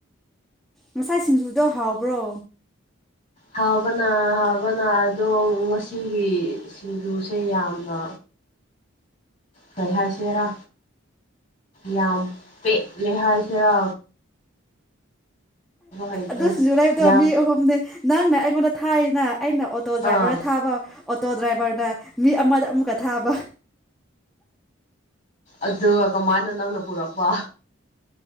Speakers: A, in the centre; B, on the left.
A: ꯉꯁꯥꯏ ꯁꯤꯡꯖꯨꯗꯣ ꯍꯥꯎꯕ꯭ꯔꯣ
B: ꯍꯥꯎꯕꯅ ꯍꯥꯎꯕꯅ ꯑꯗꯣ ꯉꯁꯤꯒꯤ ꯁꯤꯡꯖꯨꯁꯦ ꯌꯥꯝꯅ ꯀꯩ ꯍꯥꯏꯁꯤꯔꯥ ꯌꯥꯝ ꯄꯦꯠꯂꯦ ꯍꯥꯏꯁꯤꯔ ꯍꯩꯇ꯭ꯔꯦ
A: ꯑꯗꯨ ꯁꯤꯡꯖꯨ ꯂꯩꯕꯗꯣ
B: ꯌꯥꯝ
A: ꯃꯤ ꯑꯍꯨꯝꯅꯤ ꯅꯪꯅ ꯑꯩꯉꯣꯟꯗ ꯊꯥꯏꯗꯅ ꯑꯩꯅ ꯑꯣ ꯑꯣꯇꯣ
B: ꯑꯥ
A: ꯗ꯭ꯔꯥꯏꯚꯔꯅ ꯊꯥꯕ ꯑꯣꯇꯣ ꯗ꯭ꯔꯥꯏꯚꯔꯅ ꯃꯤ ꯑꯃꯗ ꯑꯃꯨꯛꯀ ꯊꯥꯕ
B: ꯑꯗꯨꯒ ꯀꯃꯥꯏꯟꯅ ꯅꯪꯅ ꯄꯨꯔꯛꯄ